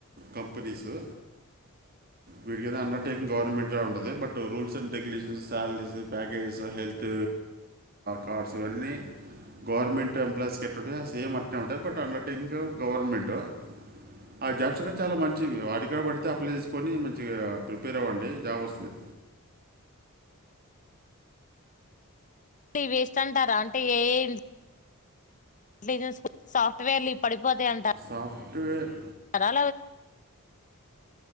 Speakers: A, on the right (about 45°); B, on the left (about 35°).
A: కంపెనీసు వీటికిదతే అండర్ టేకింగ్ గవర్నమెంట్ ఉంటది but rules and regulations salaries packages health cards ఇవన్నీ గవర్నమెంట్ ఎంప్లాయస్ క అట్ంటే సేమ్ అట్నే ఉంటాయి బట్ అండర్ టెకింగ్ గవర్నమెంటు ఆ జాబ్స్ కనీ చాలా మంచివి వాటికాడ పడితే అప్ల కొని మంచిగా ప్రిపేర్ అవ్వండి జాబ్ వస్తుంది
B: వేస్ట్ అంటారా అంటే ఏజెన్ సాఫ్ట్వేర్లు పడిపో పోతే అంటరా
A: సాఫ్ట్వేర్